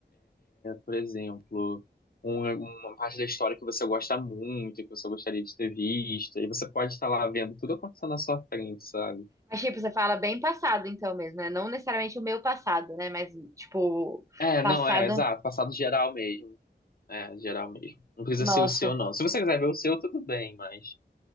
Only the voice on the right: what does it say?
Mas, tipo, você fala bem passado, então mesmo, né? Não necessariamente o meu passado, né? Mas, tipo,
passado.
Nossa,